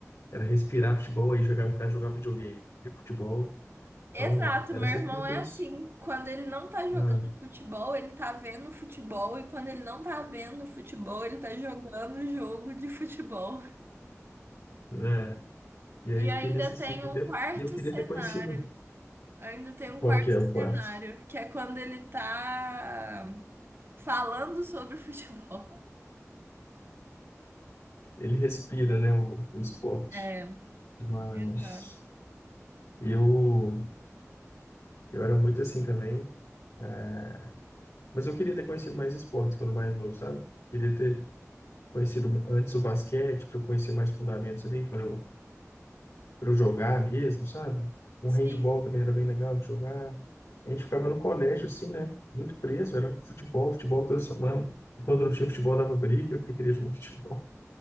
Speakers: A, on the left; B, on the right.
A: Era respirar futebol, aí jogava em casa, jogava videogame. E futebol,
B: Exato,
A: Então, era
B: meu
A: sempre
B: irmão
A: muito
B: é
A: isso.
B: assim, quando ele não tá jogando
A: né?
B: futebol, ele tá vendo futebol e quando ele não tá vendo futebol, ele tá jogando jogo de futebol.
A: né? E
B: E
A: aí fiquei
B: ainda
A: nesse
B: tem
A: ciclo
B: um
A: um tempo
B: quarto
A: e eu queria
B: cenário.
A: ter conhecido
B: Ainda tem um
A: qual
B: quarto
A: que é o
B: cenário,
A: quarto.
B: que é quando ele tá falando sobre <laughs> futebol.
A: Ele respira, né, o, o esporte.
B: É,
A: Mas
B: exato.
A: eu, eu era muito assim também. é, Mas eu queria ter conhecido mais esportes quando mais novo, sabe? Queria ter conhecido antes o basquete, para eu conhecer mais fundamentos ali, quando eu para eu jogar mesmo, sabe? Um
B: Sim,
A: handball também era bem legal de jogar. A gente ficava no colégio, assim, né? Muito preso, era futebol, futebol toda semana. E Quando não tinha futebol, dava briga, porque queria jogar <laughs> futebol.